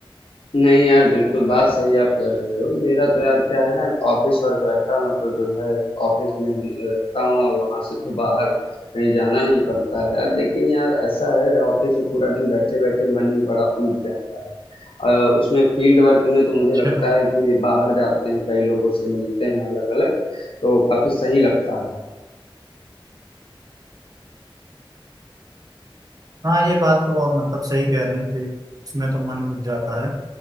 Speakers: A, on the left (about 75°); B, on the right (about 40°).
A: नहीं यार बिल्कुल बात सही आप कह रहे हो मेरा तो यार क्या है ना ऑफिस वर्क रहता है मैं तो जो है ऑफिस में ही रहता हूँ और वहां से तो बाहर कहीं जाना नहीं पड़ता है यार लेकिन यार ऐसा है ऑफिस में पूरा दिन बैठे बैठे मन भी बड़ा ऊब जाता है अ, उसमें फील्ड वर्क में तो मुझे
B: अच्छा
A: लगता है कि बाहर जाते हैं कई लोगों से मिलते हैं अलग अलग तो काफी सही लगता है
B: हाँ ये बात तो आप मतलब सही कह रहे हैं कि इसमें तो मन उठ जाता है